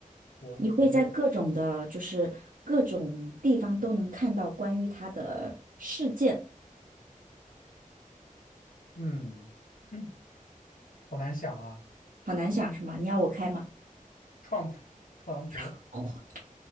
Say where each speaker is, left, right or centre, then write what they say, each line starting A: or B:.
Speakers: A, on the left; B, on the right.
A: 活活跃，
B: 你会在各种的，就是各种地方都能看到关于它的事件，
A: 嗯，嗯好难想啊，
B: 好难想是吗？你要我开吗？
A: 川普特朗普。
B: <laughs> 哦，